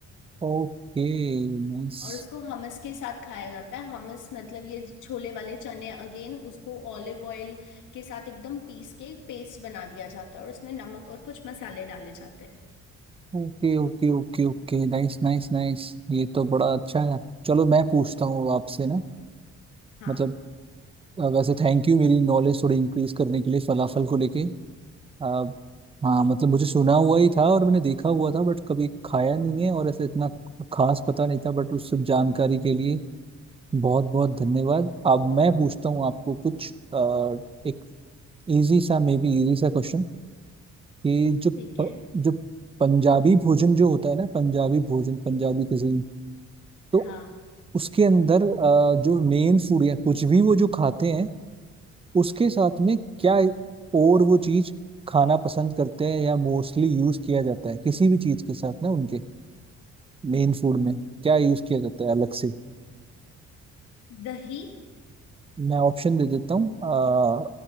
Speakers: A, on the right; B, on the left.
A: Okay nice
B: और उसको हमस के साथ खाया जाता है हमस मतलब ये छोले वाले चने अगेन उसको ऑलिव ऑयल के साथ एकदम पीस के पेस्ट बना दिया जाता है और उसमें नमक और कुछ मसाले डाले जाते हैं
A: Okay okay okay okay nice nice nice ये तो बड़ा अच्छा है चलो मैं पूछता हूँ अब आपसे ना
B: हाँ
A: मतलब अ, वैसे थैंक यू मेरी नॉलेज थोड़ी इंक्रीज करने के लिए फलाफल को लेके अब हाँ मतलब मुझे सुना हुआ ही था और मैंने देखा हुआ था बट कभी खाया नहीं है और ऐसे इतना खास पता नहीं था बट उस सब जानकारी के लिए बहुत बहुत धन्यवाद अब मैं पूछता हूँ आपको कुछ अ, एक इजी सा मे बी इजी सा क्वेश्चन कि जो
B: ठीक
A: प,
B: है
A: जो पंजाबी भोजन जो होता है ना पंजाबी भोजन पंजाबी कुजीन तो
B: हाँ
A: उसके अंदर अ, जो मेन फूड या कुछ भी वो जो खाते हैं उसके साथ में क्या और वो चीज खाना पसंद करते हैं या मोस्टली यूज किया जाता है किसी भी चीज के साथ ना उनके मेन फूड में क्या यूज किया जाता है अलग से
B: दही
A: मैं ऑप्शन दे देता हूँ अ,